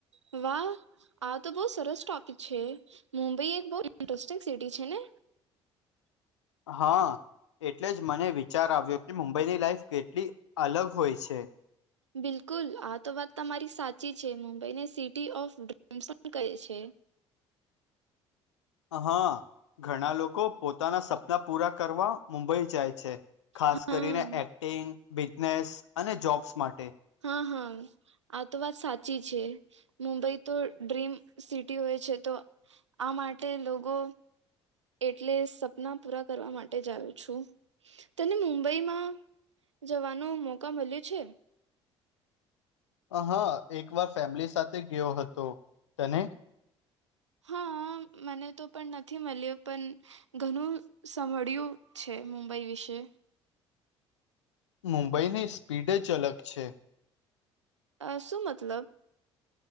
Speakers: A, on the right; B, on the left.
A: વાહ. આ તો બહુ સરસ ટોપિક છે મુંબઈ એક બહ ઇન્ટરેસ્ટિંગ સિટી છે ને.
B: હા એટલે જ મને વિચાર આવ્યો કે મુંબઈની લાઈફ કેટલી અલગ હોય છે.
A: બિલકુલ આ તો વાત તમારી સાચી છે મુંબઈને સિટી ઓફ ડ્રીમ્સ પણ કહે છે.
B: હા ઘણા લોકો પોતાના સપના પૂરા કરવા. મુંબઈ જાય છે ખાસ
A: હા
B: કરીને એક્ટિંગ બિઝનેસ અને જોબ્સ માટે.
A: હા હા. આ તો વાત સાચી છે મુંબઈ તો ડ્રીમ સિટી હોય છે તો આ માટે લોકો એટલે સપના પૂરા કરવા માટે જવું છું તને મુંબઈમાં જવાનો મોકા મળ્યો છે
B: હા એક વાર ફેમિલી સાથે ગયો હતો તને
A: હા મને તો પણ નથી મળ્યો પણ ઘણું સાભળ્યું છે મુંબઈ વિશે
B: મુંબઈની સ્પીડ જ અલગ છે
A: અ શું મતલબ